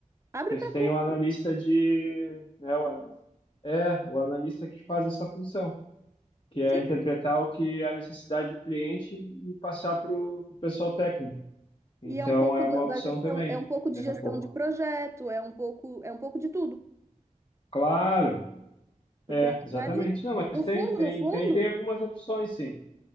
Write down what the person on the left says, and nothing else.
porque
você tem
o analista de, né, o, ana- é, o analista que faz essa função, que é
interpretar o que é a necessidade do cliente e passar para o pessoal técnico. Então
é uma
opção
também,
daqui
a pouco.
Claro,
é,
exatamente.
Não, mas
tem,
tem,
tem, tem algumas opções, sim.